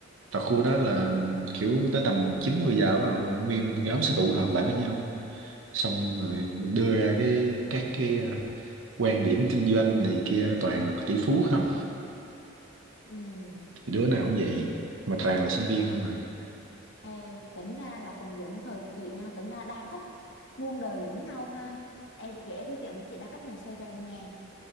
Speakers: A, on the right (about 70°); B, on the left (about 60°).
A: và khu đó là kiểu tới tầm 9 10 giờ bắt đầu nguyên một nhóm sẽ tụ họp lại với nhau xong rồi đưa ra cái các cái à, quan điểm kinh doanh này kia toàn là tỷ phú không
B: ừ.
A: thì đứa nào cũng vậy mà toàn là sinh viên không à
B: Ê, tính ra là cùng giống thời chị nha, tính ra đa cấp muôn đời giống nhau ha. Ê, chị kể câu chuyện của chị đa cấp ngày xưa cho em nghe.